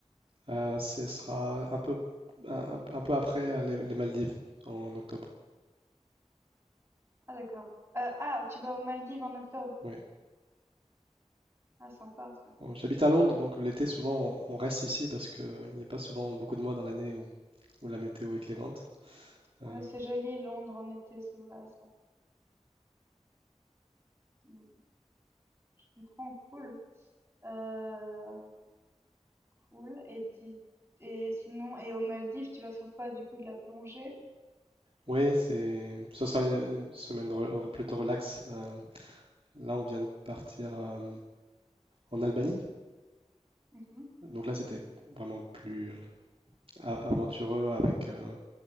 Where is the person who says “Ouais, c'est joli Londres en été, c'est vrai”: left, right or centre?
Right